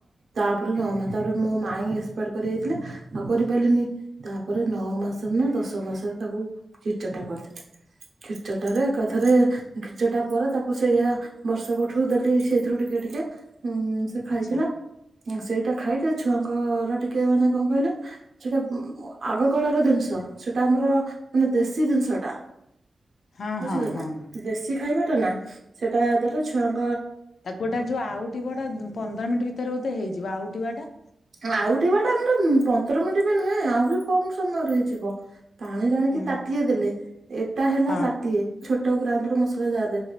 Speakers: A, on the right; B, on the left.
A: ତାପରେ ନ ମା, ତାପରେ ମୋ ମାାଇ ଏସ ପାଟ୍ କରି ଯାଇଥିଲେ ଆଉ କରିପାରିଲିନି। ତାପରେ ନଅ ମାସରେ ନା ଦଶ ମାସରେ ତାକୁ ଖିରିଚଟା କରିଥିଲି। ଖିରିଚଟାରେ ଏକାଥରେ ଖିରିଚଟା ପରେ ତାକୁ ସେଇଆ ବର୍ଷକ ଠୁ ଦେଲି ସେଇଥିରୁ ଟିକେ ଟିକେ ହୁଁ ସେ ଖାଇଥିଲା
B: ଆଚ୍ଛା
A: ହଁ ସେଇଟା ଖାଇଲେ ଛୁଆ-ଆ-ଆ ଙ୍କର ଟିକେ କିଏ ମାନେ କଣ କହିଲ ଯଉଟା ଉ-ଉ ଆଗ କାଳର ଜିନିଷ ସେଟା ଆମର ମାନେ ଦେଶୀ ଜିନିଷଟା।
B: ହଁ
A: ବୁଝିଲୁ
B: ହଁ ହଁ
A: ନା ଦେଶୀ ଖାଇବା ନା ସେଟା ଦେଲେ ଛୁଆଙ୍କୁ
B: ତାକୁ ଗୋଟା ଯଉ ଆଉଠି ବଢ଼ାନ୍ତି ପନ୍ଦର ମିନିଟ୍ ଭିତରେ ବୋଧେ ହେଇଯିବ ଆଉ ପଟିି ବା ଟା
A: ଆଉଟିବା ଟା ଆମର ପନ୍ଦର ମିନିଟ ବି ନୁହେଁ ଆହୁରି କମ ସମୟରେ ହେଇଯିବ। ପାଣି ଟାଣିକି
B: ହୁଁ
A: ତାଟିଏ ଦେଲେ ଏଟା ହେଲା
B: ହଁ।
A: ତାଟିଏ ଛୋ ଗ୍ରାଇଣ୍ଡର ମସଲା ଜାଦ